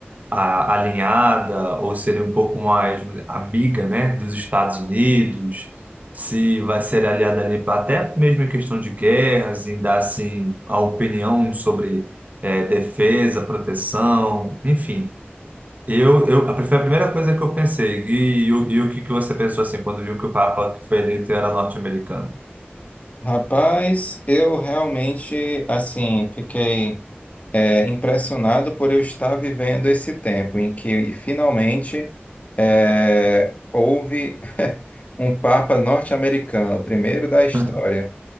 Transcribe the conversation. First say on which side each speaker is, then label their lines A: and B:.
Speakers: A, on the right (about 40°); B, on the left (about 35°).
A: a- alinhada, ou seria um pouco mais amiga, né, dos Estados Unidos, se vai ser aliada ali pra- até mesmo em questão de guerras, em dar assim a opinião sobre eh, defesa, proteção, enfim. Eu, eu, a- foi a primeira coisa que eu pensei. E, e, o- e o que que você pensou assim quando viu que o Papa que foi eleito era norte-americano?
B: Rapaz, eu realmente, assim, fiquei é, impressionado por eu estar vivendo esse tempo em que finalmente é, houve <laughs> um Papa norte-americano, o primeiro da história.
A: <laughs>